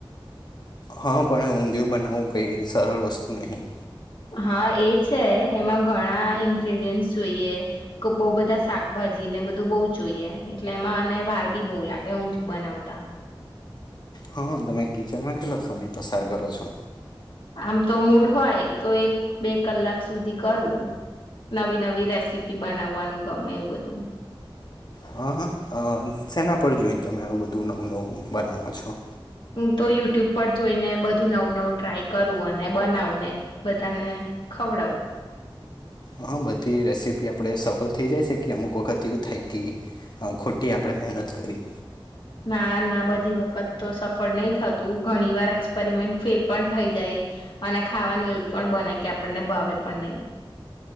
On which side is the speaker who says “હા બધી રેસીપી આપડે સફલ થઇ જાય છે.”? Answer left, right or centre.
Left